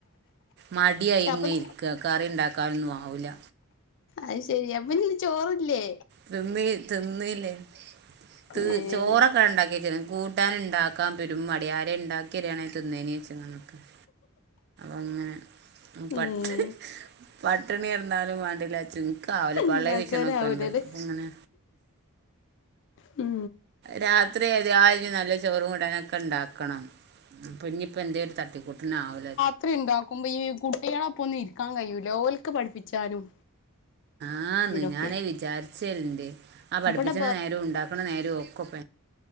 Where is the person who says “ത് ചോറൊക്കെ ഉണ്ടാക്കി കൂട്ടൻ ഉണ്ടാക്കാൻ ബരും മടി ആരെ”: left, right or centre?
Right